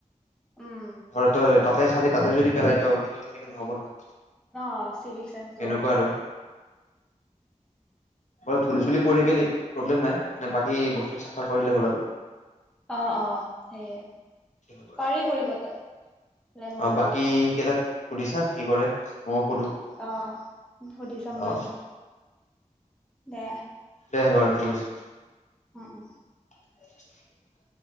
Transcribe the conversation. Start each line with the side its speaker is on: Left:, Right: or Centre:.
Centre: উম
Left: ত তই তাত। তাতে খালি, তাতে যদি পেলাই দীয় সেইটো সেনেকে নহ'ব নহয়।
Centre: অ চিভিক চেন্স
Left: সেনেকুৱা
Centre: অলপ লাগিব
Left: আৰু
Centre: <inaudible>
Left: বাৰু ধুলি চুলি পৰি থাকিলে
Centre: এ
Left: প্ৰব্লেম নাই। মানে বাকী বস্তু খিনি চাফা কৰিলে হ'ল আৰু।
Centre: অ অ সেইয়ে
Left: তেনেকুৱা
Centre: পাৰি কৰিব তে। প্লেন বনাবি
Left: অ বাকি কেটা। সুধিছা কি কৰে? ময়ো সুধো
Centre: অ সুধি চাম
Left: অ
Centre: বাৰু। দে।
Left: দে বাৰু ঠিক আছে।
Centre: অ উ <inaudible>
Left: উ <inaudible>